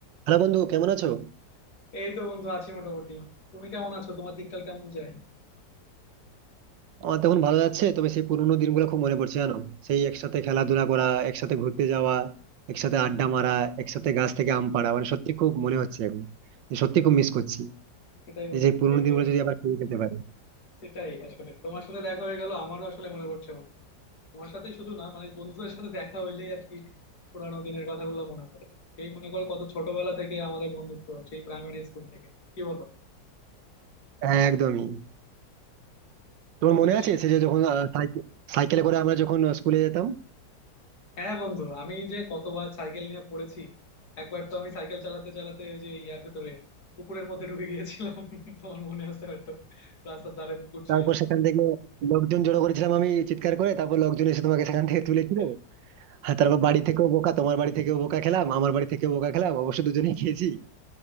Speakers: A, on the right; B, on the left.
A: Hello বন্ধু কেমন আছো
B: এই তো বন্ধু আছি মোটামুটি তুমি কেমন আছো তোমার দিনকাল কেমন যায়
A: আমার তখন ভালো যাচ্ছে তবে সেই পুরোনো দিনগুলো খুব মনে পড়ছে জানো সেই একসাথে খেলাধুলা করা একসাথে ঘুরতে যাওয়া একসাথে আড্ডা মারা একসাথে গাছ থেকে আম পাড়া মানে সত্যি খুব মনে হচ্ছে এখন যে সত্যি খুব মিস করছি
B: সেটাই বন্ধু
A: যে সেই পুরোনো
B: এই
A: দিনগুলো
B: যে
A: যদি আবার ফিরে পেতে পারি
B: সেটাই আসলে তোমার সাথে দেখা হয়ে গেল আমারও আসলে মনে পড়ছে বন্ধু তোমার সাথেই শুধু না মানে বন্ধুদের সাথে দেখা হইলেই আর কি পুরানো দিনের কথাগুলো মনে পড়ে এই মনে করো কত ছোটবেলা থেকে আমাদের বন্ধুত্ব সেই প্রাইমারি স্কুল থেকে কি বলো
A: হ্যাঁ একদমই তোমার
B: কত
A: মনে
B: কিছু
A: আছে সে যে যখন আহ, সাইকে- সাইকেলে করে আমরা যখন স্কুলে যেতাম
B: হ্যাঁ বন্ধু আমি যে কতবার সাইকেল নিয়ে পড়েছি একবার তো আমি সাইকেল চালাতে চালাতে ওই যে ইয়ার ভেতরে পুকুরের মধ্যে ঢুকে গিয়েছিলাম <laughs> তোমার মনে আছে হয়তো রাস্তার ধারে পুকুর ছিল
A: তারপর সেখান থেকে লোকজন জড়ো করেছিলাম আমি চিৎকার করে তারপর লোকজন এসে তোমাকে সেখান থেকে তুলেছিল
B: হ্যাঁ
A: আর তারপর বাড়ি থেকেও বোকা তোমার বাড়ি থেকেও বোকা খেলাম আমার বাড়ি থেকেও বোকা খেলাম অবশ্য দুজনেই খেয়েছি